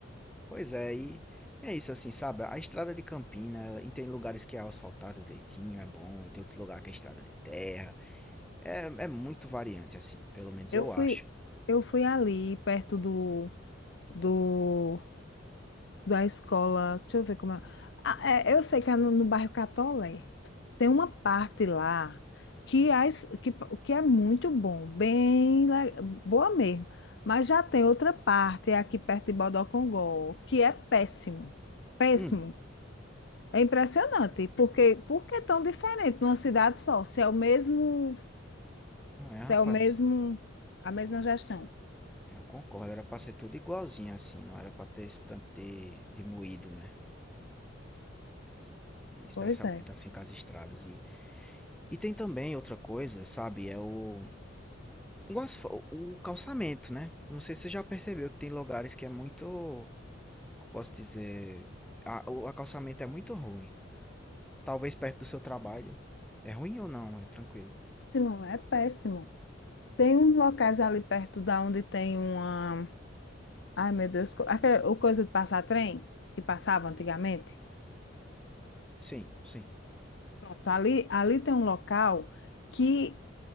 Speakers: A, in the centre; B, on the left.
A: Pois é, e é isso assim, sabe? A estrada de Campina, ela- e tem lugares que é asfaltado direitinho, é bom, tem outros lugares que é estrada de terra. É, é muito variante, assim, pelo menos
B: Eu
A: eu
B: fui,
A: acho.
B: eu fui ali perto do, do da escola, deixa eu ver como é. Ah, é, eu sei que é no, no bairro Catolé. Tem uma parte lá que, as, que, que é muito bom, bem le- boa mesmo. Mas já tem outra parte, é aqui perto de Bodocongó, que é péssimo. Péssimo.
A: Hum,
B: É impressionante, porque por que tão diferente numa cidade só? Se é o mesmo,
A: não é,
B: se
A: rapaz?
B: é o mesmo, a mesma gestão.
A: Eu concordo, era pra ser tudo igualzinho, assim, não era pra ter esse tanto de, de moído, né? E Especialmente
B: Pois é.
A: assim com as estradas. E, e tem também outra coisa, sabe? É o, o, asfa- o calçamento, né? Eu Não sei se você já percebeu que tem lugares que é muito. como posso dizer, a- o acostamento é muito ruim. Talvez perto do seu trabalho. É ruim ou não? É tranquilo.
B: Péssimo, é é péssimo. Tem uns locais ali perto da onde tem uma Ai, meu Deus. co- Aquela o coisa de passar trem que passava antigamente.
A: Sim, sim.
B: Pronto, ali, ali tem um local que